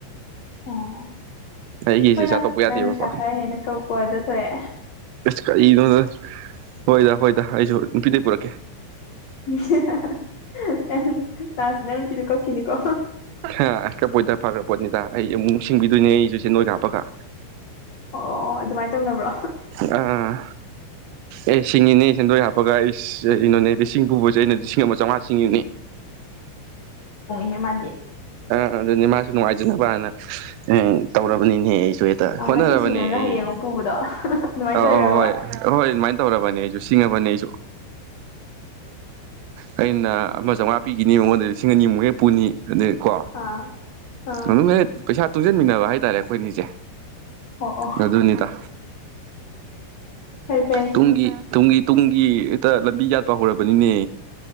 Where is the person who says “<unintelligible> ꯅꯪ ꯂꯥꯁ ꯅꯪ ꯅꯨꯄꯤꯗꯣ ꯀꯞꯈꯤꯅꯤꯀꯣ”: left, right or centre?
Left